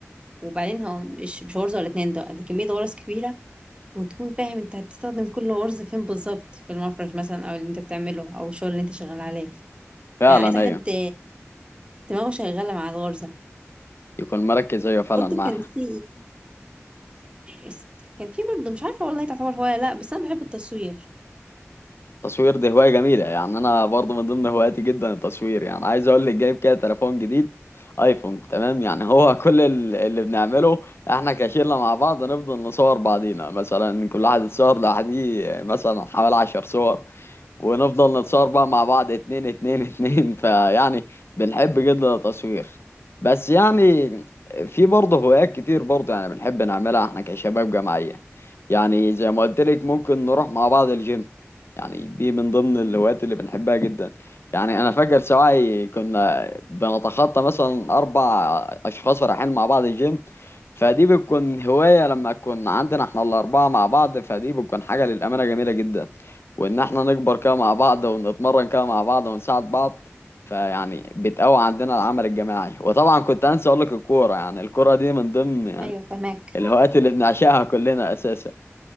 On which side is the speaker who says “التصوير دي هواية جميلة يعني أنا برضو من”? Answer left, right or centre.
Left